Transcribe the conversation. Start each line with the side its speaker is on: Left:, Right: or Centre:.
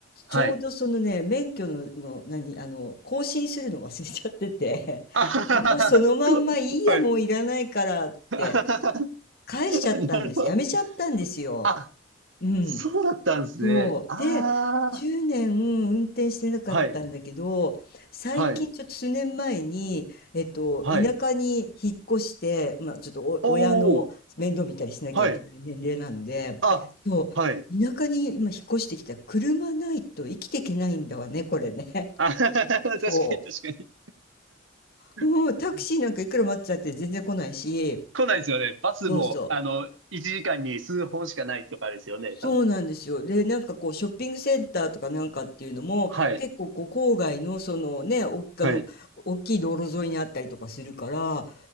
Right: ー、
Left: ちょうどそのね、
Right: はい。
Left: 免許の、の何、あの、更新するの忘れちゃってて、
Right: あははは
Left: <laughs> でもうそのまんまいいや、
Right: は。
Left: もういらないからって、
Right: <laughs> な
Left: 返しちゃったんです。
Right: るほど。
Left: やめちゃったんですよ。
Right: あ、
Left: うん。
Right: そうだったんですね。
Left: そう。
Right: あ
Left: で、10年運転してなかったんだけど、
Right: あ、はい、
Left: 最近ちょっと数年前に、
Right: はい、
Left: えっと、
Right: はい。
Left: 田舎に引っ越して、まあ、ちょっとお親の面倒見たりしなきゃいけない年齢なので、
Right: おお、はい。あ、
Left: そう、
Right: はい。
Left: 田舎に今引っ越してきたら車ないと生きていけないんだわね、これね。
Right: あ、
Left: <laughs>
Right: <laughs> 確かに確かに。
Left: そ
Right: <laughs>
Left: う。うん、タクシーなんかいくら待ってたって全然来ないし、
Right: 来ないですよね。バスも、
Left: そうそう。
Right: あの、1時間に数本しかないとかですよね、
Left: そうなんですよ。
Right: 多分。
Left: で、なんかこう、ショッピングセンターとかなんかっていうのも、
Right: はい、
Left: 結構こう、郊外の、そのね、お、あの、
Right: はい、
Left: 大きい道路沿いにあったりとかするから、